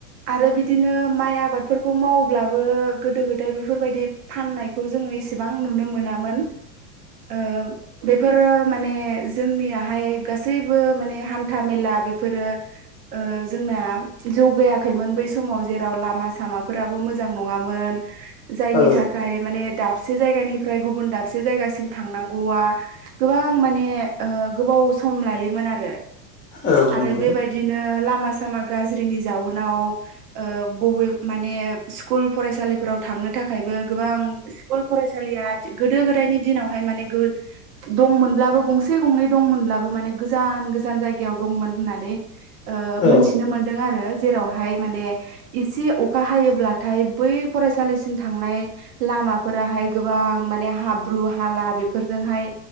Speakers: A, on the right; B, on the left.
A: आरो बिदिनो माइ आबाद फोरखौ मावब्लाबो गोदो गोदाय बेफोरबायदि फाननायखौ जोङो एस बेसेबां नुनो मोनामोन ओ बेफोर माने जोंनियाहाय गासैबो माने हान्था मेला बेफोरो ओ जोंना जौ गायाखैमोन बै समाव जेराव लामा सामाफोराबो मोजां नङामोन। जायनि
B: औ
A: थाखाय माने दाबसे जायगानिफ्राय गुबुन दाबसे जायगासिम थांनांगौआ गोबां माने ओ गोबाव सम लायोमोन आरो।
B: औ
A: आरो
B: नंगौ
A: बेबायदिनो लामा सामा गाज्रिनि जाउनाव ओ बबे माने स्कुल फरायसालिफोराव थांनो थाखायबो गोबां इस्कुल फसालिया गोदो गोदायनि दिनावहाय माने गो दंमोनब्लाबो गंसे गंनै दंमोनब्लाबो माने गोजान-गोजान जायगायाव दंमोन होननानै ओ
B: औ
A: मोनथिनो मोनदों आरो। जेरावहाय माने एसे अखा हायोब्लाथाय बै फरायसालिसिम थांनाय ला माफोराहाय गोबां माने हाब्रु हाला बेफोरजोंहाय